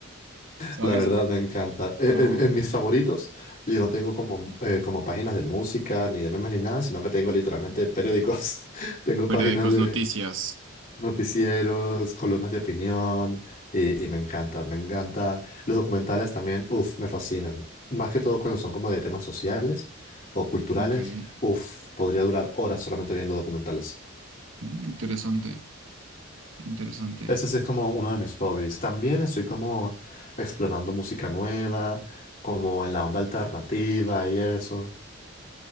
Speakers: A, on the right; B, on the left.
A: ¿Sabes?
B: La verdad me encanta. E-
A: Ah.
B: En, en mis favoritos, yo no tengo como, eh, como páginas de música, ni de memes, ni nada, sino que tengo literalmente periódicos. <laughs> Tengo
A: Periódicos,
B: páginas de
A: noticias.
B: noticieros, columnas de opinión y, y me encanta, me encanta. Los documentales también, uff, me fascinan. Más que todo cuando son como de temas sociales o culturales,
A: Ok, mm,
B: uff, podría durar horas solamente viendo documentales.
A: interesante, interesante.
B: Ese sí es como uno de mis hobbies. También estoy como explorando música nueva, como en la onda alternativa y eso.